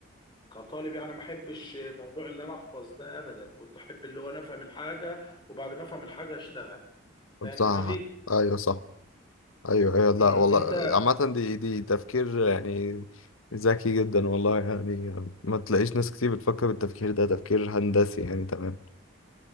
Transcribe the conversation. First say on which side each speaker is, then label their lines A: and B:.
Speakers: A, on the left; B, on the left.
A: كطالب يعني ما أحبش موضوع اللي أنا أحفظ ده أبدا كنت أحب اللي هو أنا أفهم الحاجة وبعد ما أفهم الحاجة أشتغل فاهم
B: صح
A: دماغي؟
B: ايوه صح ايوه ايوه لا
A: أمم،
B: والله
A: أنت
B: عامة دي دي تفكير يعني ذكي جدا والله يعني ما تلاقيش ناس كتير بتفكر بالتفكير ده تفكير هندسي يعني تمام